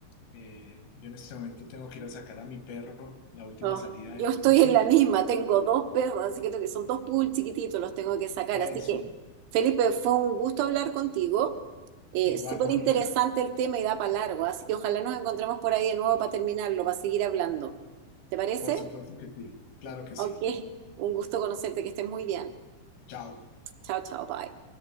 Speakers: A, on the left; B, on the right.
A: Eh, yo en este momento tengo que ir a sacar a mi perro, la última
B: Oh,
A: salida
B: yo
A: de
B: estoy
A: la noche.
B: en la misma, tengo dos perros, así que tengo que- son dos poodles chiquititos, los tengo que sacar.
A: Eso.
B: Así que, Felipe, fue un gusto hablar contigo. Eh,
A: Igual,
B: súper
A: Mónica.
B: interesante el tema y da para largo, así que ojalá nos encontremos por ahí de nuevo para terminarlo, para seguir hablando. ¿Te parece?
A: Por supuesto que sí. Claro que
B: Ok,
A: sí.
B: un gusto conocerte, que estés muy bien.
A: Chao.
B: Chao, chao, bye.